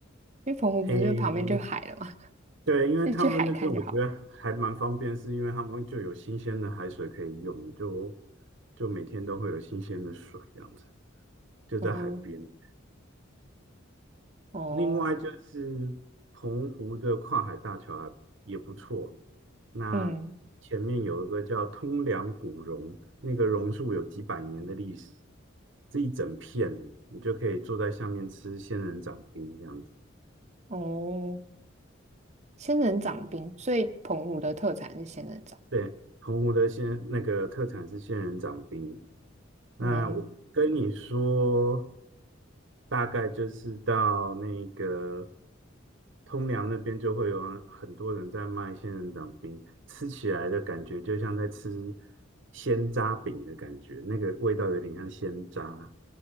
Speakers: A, on the right; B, on the right.
A: 因为澎湖不是就旁边就海了嘛。
B: 诶，对，因为他们那边我觉得还蛮方便，
A: 就去海看就好了。
B: 是因为他们就有新鲜的海水可以用，就就每天都会有新鲜的水这样子，就在海边。
A: 嗯哼，哦，
B: 另外就是澎湖的跨海大桥还也不错，那前面有一个叫通梁古榕，
A: 嗯，
B: 那个榕树有几百年的历史，这一整片，你就可以坐在下面吃仙人掌冰这样子。
A: 哦，仙人掌冰，所以澎湖的特产是仙人掌。
B: 对，澎湖的仙那个特产是仙人掌冰。那我跟你说，
A: 嗯，
B: 大概就是到那个通梁那边就会有很多人在卖仙人掌冰，吃起来的感觉就像在吃鲜渣饼的感觉，那个味道有点像鲜渣。